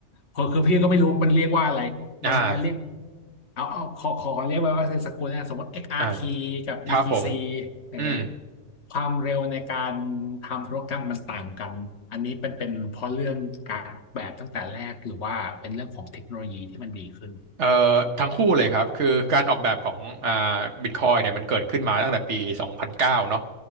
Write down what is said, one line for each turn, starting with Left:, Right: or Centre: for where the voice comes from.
Left: คือคือพี่ก็ไม่รู้มันเรียกว่าอะไรมันมันเรียก
Right: อ่า
Left: เอาเอาขอขอเรียกไว้ว่าเป็นสกุลนะสมมติ XRP
Right: อ่า
Left: กซ์อาร์พีกับ
Right: ครับผม
Left: BTC อย่างเงี้ย
Right: อืม
Left: ความเร็วในการทำธุรกรรมมันต่างกันอันนี้เป็นเป็นเพราะเรื่องการออกแบบตั้งแต่แรกหรือว่าเป็นเรื่องของเทคโนโลยีที่มันดีขึ้น
Right: เอ่อทั้งคู่เลยครับคือการออกแบบของอ่าบิตคอยเนี่ยมันเกิดขึ้นมาตั้งแต่ปี2009เก้าเนาะ